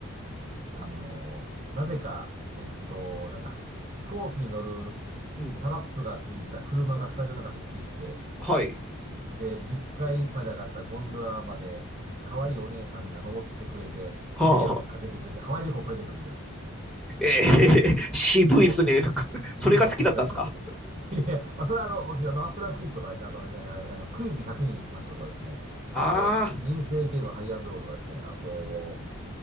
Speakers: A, on the right; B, in the centre.
A: あの、なぜか、えっと、なんだ、飛行機に乗る
B: うん。
A: タラップがついた車がスタジオの中入ってきて、
B: はい。
A: で、10階まで上がったゴンドラまで、可愛いお姉さんが登ってくれて、
B: はあ。
A: 霊をかけてくれて、ハワイ旅行をプレゼントというやつ。
B: えー、<laughs> 渋いっすね。
A: 10問せ、1問正解しただけで。
B: <laughs> それが好きだったんですか
A: <laughs> いやいや、まあ、それはあの、私あの、アップダウンクイズとかですね、あとね、あの、あのクイズ100人行きましたとかですね、
B: <laughs>
A: あと、
B: あ
A: 人生ゲームハイアンドローとかですね、あと、